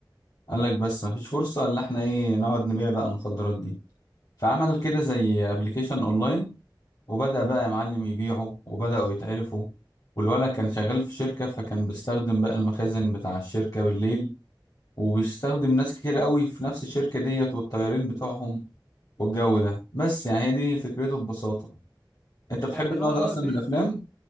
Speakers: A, on the left; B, in the centre.
A: قال لك بس مفيش فرصة الا احنا ايه نقعد نبيع بقى المخدرات دي فعمل كده زي ابلكيشن اونلاين وبدأ بقى يا معلم يبيعه وبدأوا يتعرفوا والولد كان شغال في شركة فكان بيستخدم بقى المخازن بتاع الشركة بالليل وبيستخدم ناس كتير قوي في نفس الشركة ديت والطيارين بتوعهم والجو ده بس يعني هي دي فكرته ببساطة انت بتحب
B: يعني
A: النوع
B: هو
A: ده
B: اه
A: اصلا من الافلام